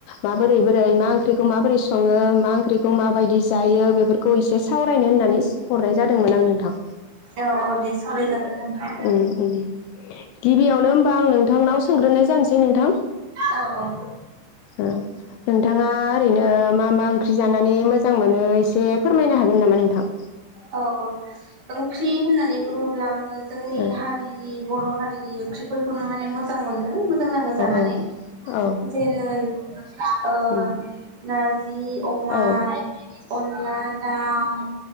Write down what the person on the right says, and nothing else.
औ औ दे सावरायजागोन नोंथां।
औ औ।
औ औ ओंख्रि होननानै बुङोब्ला आङो जोंनि
हारिनि बर' हारिनि ओंख्रिफोरखौनो माने मोजां मोनो मोजां नाङो जानानै
जेरै ओ
नारज जि अमा
अनला दाउ